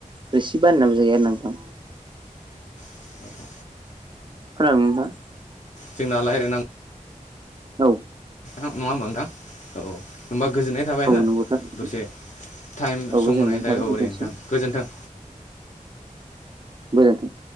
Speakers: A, on the right; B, on the left.
A: रोसि बानायनाबो जायो आरो ना नोंथां।
B: <inaudible>
A: खोनादोंना नोंथां
B: जोंना रायज्लायनांगौ
A: औ
B: खोनादों नङा होमबा नोंथां? औ होमबा गोजोननाय थाबाय
A: औ
B: हो।
A: नंगौ थारैनो।
B: दसे टाइम
A: औ
B: सम
A: गोजोननाय
B: होनायनि
A: थाबाय
B: थाखाय औ
A: नोंथांसिम
B: दे नोंथां। गोजोन्थों।
A: गोजोन्थों।